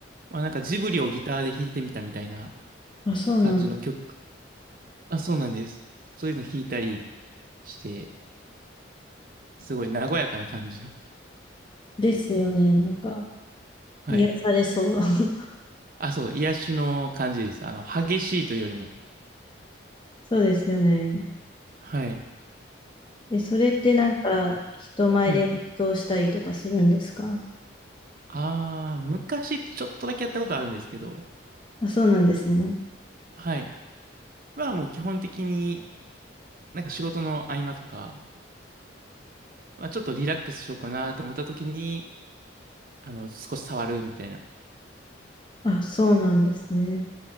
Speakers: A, on the right; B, on the left.
A: まあなんかジブリをギターで弾いてみたみたいな
B: あ、そうなん
A: 感じの曲。あ、そうなんです。そういうの弾いたりして、すごい和やかな感じの。
B: ですよね。なんか
A: はい。
B: 癒されそう。<laughs>
A: あ、そう、癒しの感じです。あの、激しいというよりも。
B: そうですよね。
A: はい。
B: え、それってなんか人前で演奏したりとかするんですか
A: はい。ああ、昔ちょっとだけやったことあるんですけど、
B: あ、そうなんですね。
A: はい。まあもう基本的になんか仕事の合間とか、まあちょっとリラックスしようかなと思った時に、あの、少し触るみたいな。
B: あ、そうなんですね。